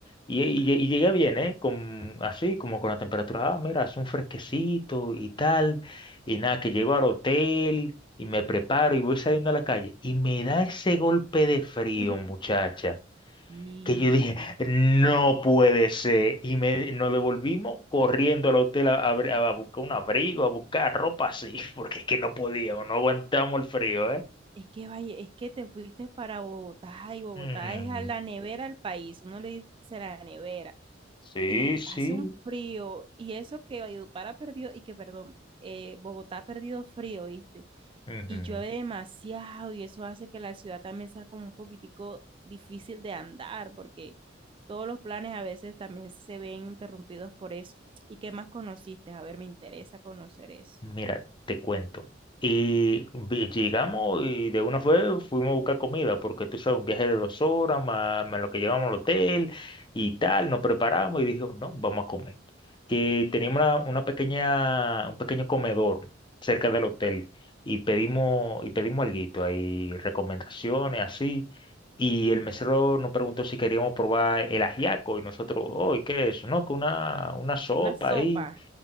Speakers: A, on the left (about 25°); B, on the right (about 30°).
A: Y, y, lle- y llegué bien, ¿eh? Con, así, como con la temperatura, ah, mira, hace un fresquecito y tal. Y nada, que llego al hotel y me preparo y voy saliendo a la calle. Y me da ese golpe de frío,
B: <laughs>
A: muchacha
B: sí.
A: que yo dije, no puede ser. Y me, nos devolvimos corriendo al hotel a, a- a buscar un abrigo, a buscar ropa así, <laughs> porque es que no podíamos, no aguantamos el frío, ¿eh?
B: Es que vaya, es que te fuiste para Bogotá y Bogotá
A: Mm,
B: es a la nevera del país, uno le dice la nevera.
A: sí,
B: Y
A: sí.
B: hace un frío, y eso que Valledupar ha perdido, y que perdón, eh, Bogotá ha perdido frío, ¿viste?
A: Ujú.
B: y llueve demasiado y eso hace que la ciudad también sea como un poquitico difícil de andar porque todos los planes a veces también se ven interrumpidos por eso. ¿Y qué más conociste? A ver, me interesa conocer eso.
A: Mira, te cuento. Y vi- llegamos y de una fue fuimos a buscar comida, porque tú sabes, un viaje de dos horas, más, más lo que llegamos al hotel y tal, nos preparamos y dijo, no, vamos a comer. Que teníamos una, una pequeña, un pequeño comedor cerca del hotel y pedimos, y pedimos alguito, hay recomendaciones así. Y el mesero nos preguntó si queríamos probar el ajiaco y nosotros, oh, ¿y qué es eso? No, que una, una sopa
B: La sopa.
A: ahí